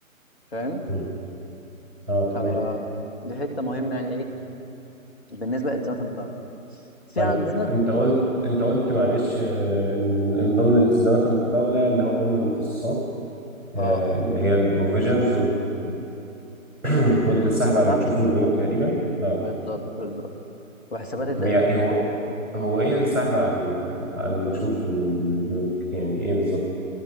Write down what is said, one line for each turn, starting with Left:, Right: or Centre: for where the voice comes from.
Left: فاهم
Right: مم. اه
Left: فدي
Right: تمام
Left: حته مهمه يعني ايه بالنسبه لالتزامات الدوله في
Right: طيب
Left: عندنا
Right: انت قلت انت قلت معلش
Left: مم.
Right: آه، ان من إن ضمن الالتزامات المتطاوله اللي هو قلنا المخصصات آه،
Left: اه اه
Right: اللي هي البروفيجنز <clears throat> قلت السحب
Left: مستحق
Right: على المكشوف من البنوك تقريبا اه
Left: بالظبط بالظبط وحسابات الدقنيه
Right: طب يعني إيه هو هو ايه السحب على على المكشوف من من البنوك يعني ايه بالظبط